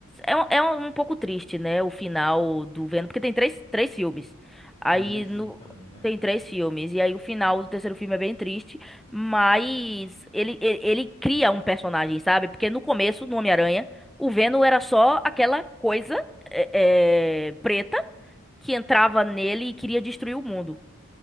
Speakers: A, in the centre; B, on the left.
A: é, um- é um pouco triste, né, o final do Venom, porque tem três, três filmes. Aí
B: tem três
A: no
B: filmes também, né?
A: tem três filmes e aí o final do terceiro filme é bem triste, mas ele ele, ele cria um personagem, sabe? Porque no começo, no Homem-Aranha, o Venom era só aquela coisa é, é, preta que entrava nele e queria destruir o mundo.